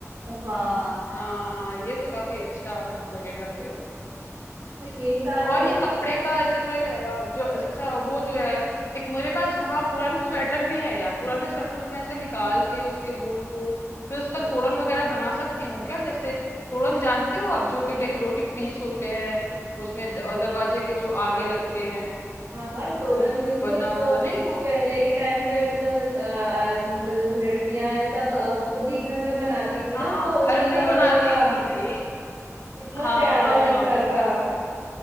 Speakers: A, on the right; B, on the left.
A: हाँ
B: हाँ हाँ ये तो काफी अच्छा लगेगा फिर
A: तो यही सारे
B: तो और ये कपड़े का ऐसे पे अ, जो अच्छा अच्छा वो जो है एक मेरे पास हाँ पुराने स्वेटर भी है यार पुराने स्वेटर को मैं ऐसे निकाल के उसके वूल को फिर उसका तोड़न वगैरह बना सकती हूँ क्या जैसे तोड़न जानते हो आप जो कि डेकोरेटिव पीस होते हैं उसमें द- दरवाजे के जो आगे लगते हैं
A: हाँ हाँ तोरण
B: ऊन
A: बिल्कुल
B: का बना हुआ
A: जो
B: नहीं वो
A: पहले के टाइम पे मतलब अ, अ, मतलब जो लड़कियां
B: हम्म,
A: हैं सब अ, खुद ही घर में बनाती थी ना
B: हाँ
A: वो
B: घर
A: उन्हीं
B: पे
A: कपड़ों
B: बनाती
A: का
B: थी भाई
A: इतना
B: हाँ
A: प्यारा
B: हाँ
A: लगता
B: वो
A: था
B: घर